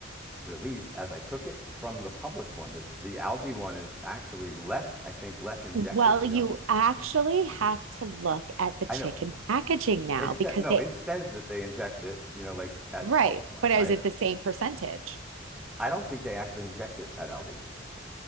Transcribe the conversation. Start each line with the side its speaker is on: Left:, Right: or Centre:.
Centre: released as I cook it from the Publix one. The, the Aldi one is actually less, I think, less injected.
Right: Well,
Centre: You
Right: you
Centre: know,
Right: actually have to look at the chicken
Centre: I know
Right: packaging now
Centre: it said
Right: because
Centre: no,
Right: they
Centre: it says that they inject it. You know, like at
Right: Right.
Centre: the Publix one,
Right: But
Centre: right?
Right: is it the same percentage?
Centre: I don't think they actually inject it at Aldi